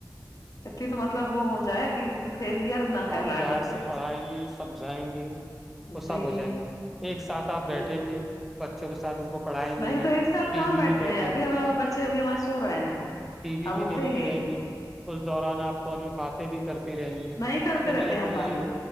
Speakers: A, on the left (about 50°); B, in the centre.
A: اتنی تو مطلب وہ ہو جائے کہ فیلئر نہ کہلائے
B: آپ پیار
A: بچے
B: سے پڑھائیں گی سمجھائیں گی وہ سب
A: جی
B: ہو جائیں گی ایک ساتھ آپ
A: جی
B: بیٹھیں گے بچوں کے ساتھ ان کو پڑھائیں گے
A: نہیں
B: بھی
A: تو ایک ساتھ
B: ٹی
A: کہاں
B: وی
A: بیٹھتے
B: بھی دیکھیں
A: ہیں ابھی ہمیں ہمارے بچے ابھی ہمارے سو رہے ہیں
B: ٹی وی
A: اب
B: بھی
A: اٹھیں
B: دیکھتی
A: گے
B: رہیں گی اس دوران آپ فون میں باتیں بھی کرتی رہیں گی
A: نہیں کرتے
B: دنیا
A: رہتے ہم
B: بھر
A: باتیں
B: کی